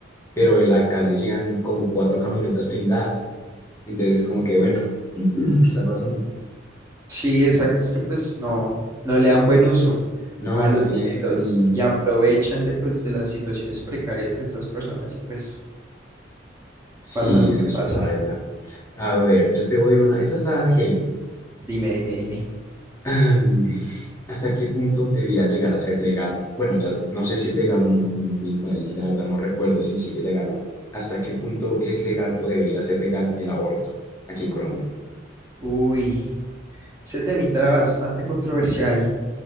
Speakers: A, on the left; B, on the right.
A: pero el alcalde llegan con cuatro camionetas blindadas. Entonces es como que, bueno, <clears throat> ¿qué está pasando?
B: Sí, exacto. Es que pues no, no le dan buen uso
A: No,
B: a los
A: no tiene...
B: dineros
A: mm,
B: y aprovechan de pues de las situaciones precarias de estas personas y pues
A: sí,
B: pasa lo
A: eso
B: que pasa.
A: es paila. A ver, yo te voy una... Esta está heavy.
B: Dime, dime, dime.
A: Am, ¿hasta qué punto debería llegar a ser legal? Bueno, ya no sé si es legal o no. Yo me fui del país y la verdad no recuerdo si sigue legal o no. ¿Hasta qué punto es legal o debería ser legal el aborto aquí en Colombia?
B: Uy, ese temita bastante controversial.